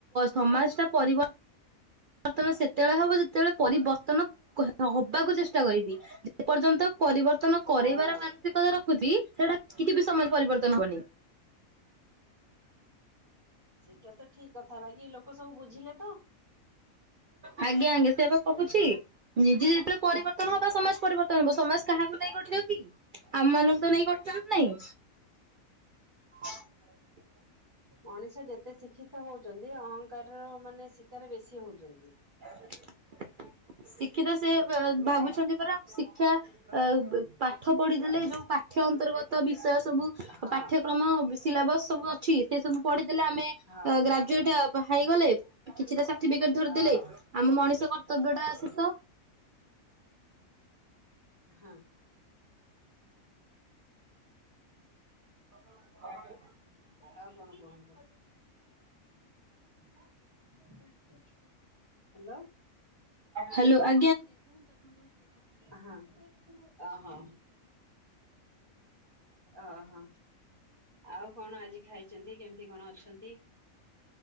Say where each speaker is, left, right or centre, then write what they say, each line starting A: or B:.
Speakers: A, on the right; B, on the right.
A: ସମାଜ ଟା ପରିବର୍ତ ବର୍ତ୍ତମାନ ସେ ଯେତେବେଳେ ହବ ଯେତେବେଳେ ପରିବର୍ତ୍ତନ କ ହବାକୁ ଚେଷ୍ଟା କରିବି। ପର୍ଯ୍ୟନ୍ତ। ପରିବର୍ତ୍ତନ କରାଇବାର
B: ହଁ।
A: ମାନସିକତା ରଖୁଛି। ସେଟା କିଛି ବି ସମୟ ପରିବର୍ତ୍ତନ ହବନି।
B: ସେଇଟା ତ ଠିକ କଥା ବାକି ଲୋକ ସବୁ ବୁଝିଲେ ତ
A: ଆଜ୍ଞା ଆଜ୍ଞା ସେ ଏବେ କହୁଛି। ନିଜେଯେବେ ପରିବର୍ତ୍ତନ ହବ। ସମାଜ ପରିବର୍ତ୍ତନ ହବ। ସମାଜ କାହାକୁ ନାଇ କରି କି ଆମ ମାନଙ୍କୁ। ତ ନେଇ କ ତାନାଇଁ <unintelligible>
B: ମଣିଷ ଆ ଯେତେ ଶିକ୍ଷିତ ହଉଛନ୍ତି। ଅହଂଙ୍କାର ର ମାନେ ଶିକାର ବେଶୀ ହଉଛି। ଜଲ୍ଦୀ।
A: <unintelligible> ଶିକ୍ଷିତ ସେ ପେ ଭାବୁଛନ୍ତି ପରା ଶିକ୍ଷାଅ ପାଠ ପଢିଦେଲେ ଯୋଉ ପାଠ୍ୟ ଅନ୍ତର୍ଗତ ବି ବିଷୟ ସବୁ
B: ହଁ
A: ପାଠ୍ୟକ୍ରମ ବି ସିଲାବସ୍ ସବୁ ଅଛି ସେ ସବୁ ପଢି ହେଲେ ଆମେ
B: ହଁ ହଁ
A: ଗ୍ରାଜୁଏଟ୍ ଆ ବା ହେଇଗଲେ କିଛିଟା ପିକଟ୍ ଧରିଦେଲେ
B: ହଁ
A: ଆମ ମଣିଷ କର୍ତ୍ତବ୍ୟ ସ <unintelligible>
B: ହଁ।
A: <unintelligible>
B: ଆଉ କଣ କୁହନ୍ତୁ। <unintelligible> ହ୍ୟାଲୋ।
A: ହ୍ୟାଲୋ ଆ
B: <unintelligible> ହ ଓ ହ ଓ ହ <unintelligible> ଆଉ କଣ ଆଜି ଖାଇଛନ୍ତି। କେମତି କଣ ଣ ଅଛନ୍ତି।